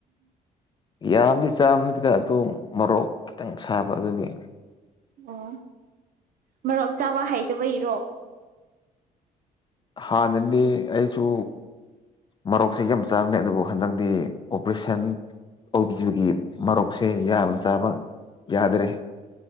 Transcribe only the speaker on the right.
ꯑꯣ ꯃꯔꯣꯛ ꯆꯥꯕ ꯍꯩꯇꯕꯩꯔꯣ